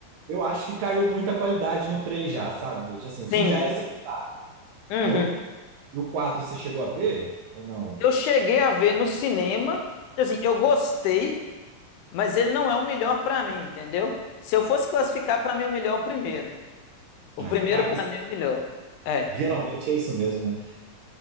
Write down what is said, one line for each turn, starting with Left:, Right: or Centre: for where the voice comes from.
Right: eu acho que caiu muita qualidade no 3 já, sabe? Já, Assim, o filme
Left: sim.
Right: já era exagerado.
Left: Uhum.
Right: Aí o, e o 4 você chegou a ver ou não?
Left: Eu cheguei a ver no cinema, assim, eu gostei, mas ele não é o melhor pra mim, entendeu? Se eu fosse classificar pra mim o melhor é o primeiro. O
Right: Ah,
Left: primeiro
Right: então, ah,
Left: pra
Right: mas
Left: mim é o melhor. É.
Right: geralmente é isso mesmo, né?